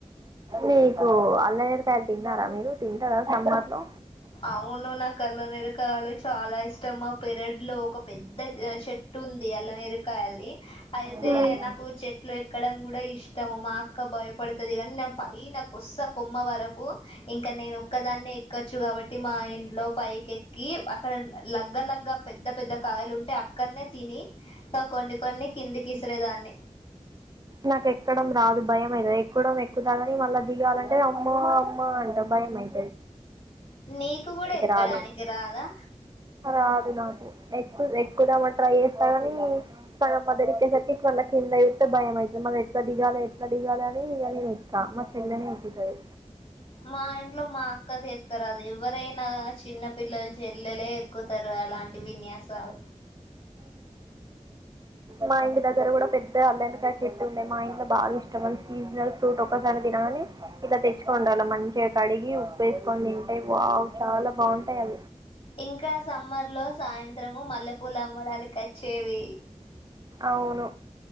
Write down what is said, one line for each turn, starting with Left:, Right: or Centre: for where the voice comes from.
Right: మీకు అల్లనేరేడుకాయలు తిన్నారా మీరు తింటారా సమ్మర్లో
Left: అవును నా కళ్ళనేరకాలు చాలా ఇష్టం మా పీరియడ్ లో ఒక పెద్ద చెట్ ట్టు ఉంది అలా న ఎరుకాయాలది అయితే
Right: మ్మ్.
Left: నాకు చెట్లు ఎక్కడం కూడా ఇష్టము మా అక్క భయపడుతుంది కానీ నేను పైన కొస కొమ్మ వరకు ఇంకా నేను దాన్ని ఎక్కొచ్చు కాబట్టి మా ఇంట్లో పైకి ఎక్కి అక్కడ లగ్గ లగ్గ పెద్ద పెద్ద కాయలు ఉంటే అక్కడనే తి కొన్ని కొన్ని కిందికి ఇసిరేదాన్ని
Right: నాకు ఎక్కడం రాదు భయం అవుతు ఎక్కువడం ఎక్కు తాగానీ మళ్ళ దిగాలంటే అమ్మ అమ్మ అంట భయం అయి
Left: నీకు కూడా ఎక్కడానికి
Right: రాదు
Left: రాదా
Right: రాదు ఎక్కు ఎక్కుదామ ట్రై కానీ సగమద ఎక్కేసరికి ఇవళ కిందయిస్తే భయం అవుతుంది మన ఎట్లా దిగాలి ఎట్లా దిగాలి అని ఇ నేను ఎక్క మా చెైలనె ఎక్కుతది
Left: మా ఇంట్లో మా అక్కకి ఎక్కరాదు ఎవరైనా చిన్న పిల్లలు చెల్లెలే ఎక్కుతారు అలాంటి విన్యాసాలు
Right: మా ఇంటి దగ్గర కూడా పెద్ద అల్లందుకా చెట్టు ఉండే మా ఇంట్లో బాగా ఇష్టం సీజనల్ ఫ్రూట్ ఒకసారి తినగాని ఇలా తెచ్చుకోనేటోళ్ళం మంచిగా కడిగి ఉప్పు వేసుకొని తింటే వావ్ చాలా బాగుంటాయి అ
Left: ఇంకా సమ్మర్ లో సాయంత్రం త్రము మల్ల పూల అమ్మాడాకా వచ్చేవి
Right: అవును.